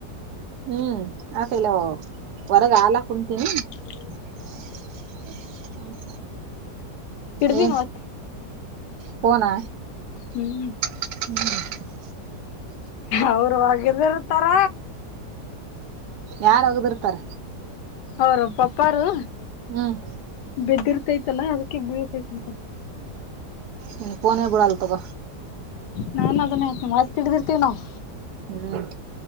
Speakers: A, on the right; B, on the left.
A: ಹ್ಮ್ ಆಕಲ್ಲ ಹೊರಗ ಹಾಲ ಕುಂತೀನಿ
B: ಹ್ಮ
A: <unintelligible>
B: ಹಿಡ್ದಿನ್
A: ಏನ್
B: ಒತ್ತಿ
A: ಫೋನ್ ಆ
B: ಹ್ಮ್
A: ಹ್ಮ್
B: ಅವರು ಹೋಗದು ಇರ್ತಾರ
A: ಯಾರ ಹೋಗಡಿರತರ
B: ಅವರು ಪಪಾರು
A: ಹ್ಮ್
B: ಬೆದಿರ್ತೈತಲ್ಲಾ ಅದಕ್ಕೆ ಬೀಳ್ತೈಂತ
A: ನಿನ್ ಪೋನ ಬಿಳಲ್ಲ ತಗ
B: ನಾ ಅದನ್ನೇ ಆತ ಮತ್ತ ಹಡಿದಿರ್ತೀವಿ ನಾವು
A: ಹ್ಮ್